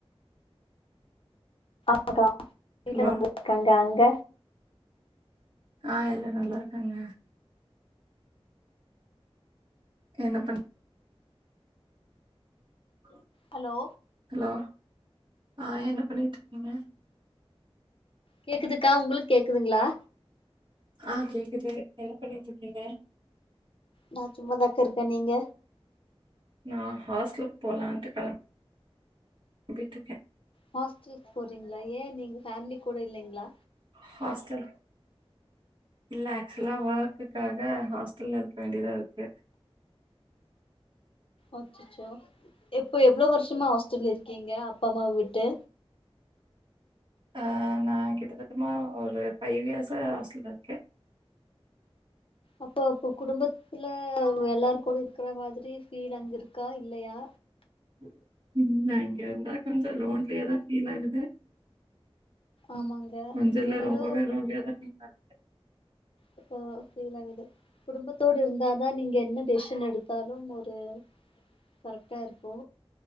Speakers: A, on the left; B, on the right.
A: ஆமாக்கா வீட்ல
B: ஹலோ
A: நல்லா இருக்காங்க அங்க
B: ஆ எல்லா நல்லாருக்காங்க என்ன பண் <unintelligible>
A: அலோ
B: ஹலோ ஆ என்ன பண்ணிகிட்ருக்கீங்க
A: கேக்குதுக்கா உங்களுக் கேக்குதுங்ளா
B: ஆ கேக்குது என்ன பண்ணிட்ருக்கீங்க
A: நா சும்மாதாக்கா இருக்கே நீங்க
B: நா ஹாஸ்டலுக் போலான்ட்டு கெளம் பிட்ருக்கே
A: ஹாஸ்டலுக் போறீங்ளா ஏ நீங்க ஃபேம்லி கூட இல்லெங்ளா
B: ஹாஸ்டல் இல்ல ஆக்சுலா ஒர்க்குகாக ஹாஸ்டல்ல இர் வேண்டியதா இருக்கு
A: அச்சச்சோ இப்போ எவ்ளோ வர்ஷமா ஹாஸ்டல்ல இருக்கீங்க அப்பா அம்மாவ விட்டு
B: ஆ நா கிட்டத்தட்டமா ஒரு ஃபைவ் இயர்ஸா ஹாஸ்டல்ல இருக்கே
A: அப்போ இப்ப குடும்பத்துல எல்லார் கூட இருக்ற மாதிரி ஃபீல் அங்க இருக்கா இல்லையா
B: ம் இல்ல இங்கர்ந்தா கொஞ்சோ லோன்லியாதா ஃபீல் ஆகுது
A: ஆமாங்க
B: கொஞ்சோ இல்ல
A: என்னாலு
B: ரொம்பவே லோன்லியாதா ஃபீல் ஆகுது.
A: அப்போ ஃபீல்ல விடு குடும்பத்தோட இருந்தாதா நீங்க என்ன டெசிஷன் எடுத்தாலு ஒரு கரெக்டா இருக்கு